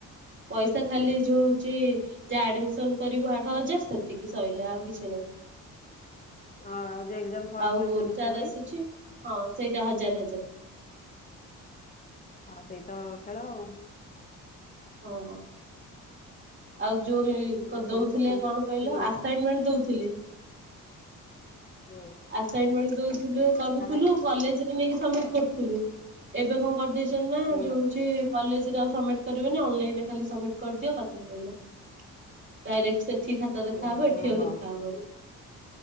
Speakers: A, on the right (about 35°); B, on the left (about 25°).
A: ପଇସା ଖାଲି ଯଉ ହଉଚି ଯିଏ ଆଡ଼ମିଶନ୍ କରିବ ଆଠ ହଜାର୍ ସେତିକି ସଇଲା ଆଉ କିଛି ନାହିଁ।
B: ହଁ ଆହୁରି ଏକ୍ଜାମ୍, ଫର୍ମଫିଲପ୍,
A: ଆଉ
B: ସେମିଷ୍ଟାର୍
A: ଯାହାର
B: ୱାଇସ୍
A: ଆସୁଛି ହଁ ସେଇଟା ହଜାର୍ ହଜାର୍।
B: ଆଉ ସେଇତ ଖେଳ ଆଉ।
A: ଓହୋ ଆଉ ଯୋଉ ପିଙ୍କ
B: ଆମର
A: ଦଉଥିଲେ
B: ପରୀକ୍ଷା ସବୁ
A: କଣ କହିଲ
B: ଫ୍ରିରେ
A: ଆସାଇନମେଣ୍ଟ ଦଉଥିଲେ।
B: ହୁଁ।
A: ଆସାଇନମେଣ୍ଟ ଦଉଥିଲୁ କରୁଥିଲୁ
B: ତା ପାଇଁ
A: କଲେଜରେ ନେଇକି ସମିଟ୍ କରୁଥିଲୁ ଏବେ କଣ କରିଦେଇଚି ନ୍ତିନା
B: ହୁଁ
A: ଯୋଉଯେ କଲେଜରେ ଆଉ ସମିଟ୍ କରିବନି ଅନଲାଇନିରେ ଖାଲି ସମିଟ୍ କରିଦିଅ କଥାସରିଲା। ଡାଇରେକ୍ଟ ସେଠି ଖାତା ଦେଖାହବ
B: ହୁଁ
A: ଏଠି
B: ଓହୋ
A: ଆଉ ଦେଖାହବନି।